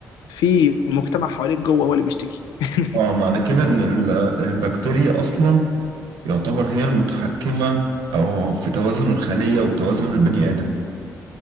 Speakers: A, on the left; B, on the right.
A: في مجتمع حواليك جوه هو اللي بيشتكي <laughs>
B: اه معنى كده إن ال- البكتيريا أصلا يعتبر هي المتحكمة أو في توازن الخلية وتوازن البني آدم